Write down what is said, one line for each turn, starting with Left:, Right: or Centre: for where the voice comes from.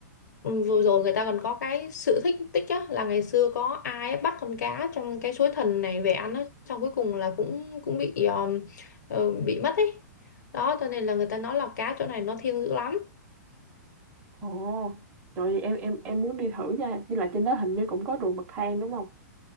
Left: vừa rồi người ta còn có cái sự thích tích á là ngày xưa có ai bắt con cá trong cái suối thần này về ăn á xong cuối cùng là cũng cũng bị um, ờ, bị mất ấy đó cho nên là người ta nói là cá chỗ này nó thiêng dữ lắm
Right: ồ trời ơi, em em em muốn đi thử nha nhưng là trên đó hình như cũng có ruộng bậc thang đúng không